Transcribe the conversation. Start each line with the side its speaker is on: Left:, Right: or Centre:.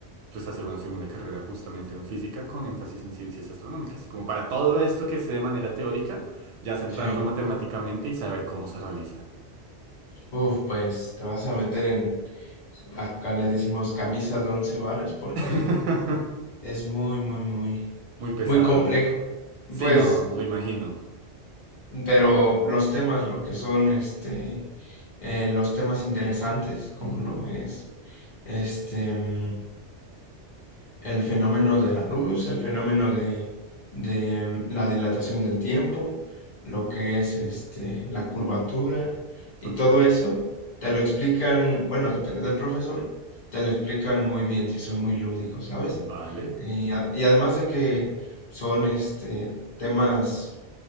Right: pues hacer una segunda carrera justamente en física con énfasis en ciencias astronómicas. Como para todo esto que sé de manera teórica, ya centrarlo
Left: Sí.
Right: matemáticamente y saber cómo se realiza.
Left: Uf, pues te vas a meter en, Acá le decimos camisa de once varas porque
Right: <laughs>
Left: es muy, muy, muy,
Right: Muy pesado.
Left: muy complejo.
Right: Sí,
Left: Pues,
Right: no, lo imagino.
Left: pero los temas, lo que son, este, eh, los temas interesantes, como
Right: Ujú,
Left: lo es, este, mm, el fenómeno de la luz, el fenómeno de, de mm, la dilatación del tiempo, lo que es este, la curvatura
Right: Total.
Left: y todo eso, te lo explican, bueno, depende del profesor, te lo explican muy bien si son muy lúdicos, ¿sabes?
Right: Vale.
Left: Y, a- y además de que son este, temas,